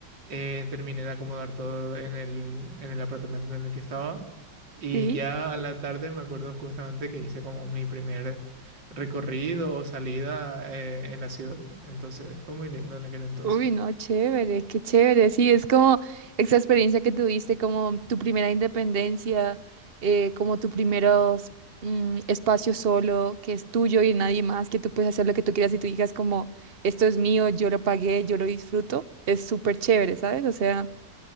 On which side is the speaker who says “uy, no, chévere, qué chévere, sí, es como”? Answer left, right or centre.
Right